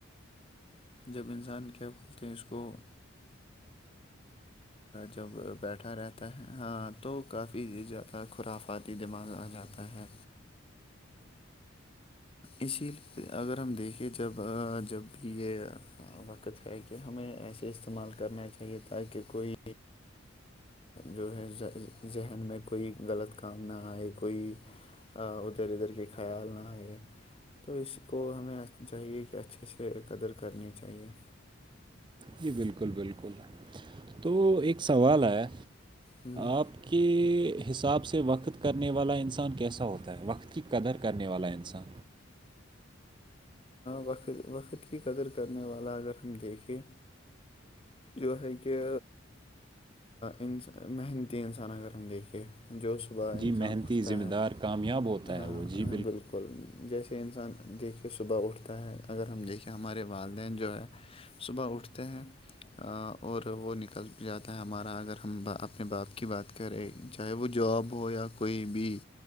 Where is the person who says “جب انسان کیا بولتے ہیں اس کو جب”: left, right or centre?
Left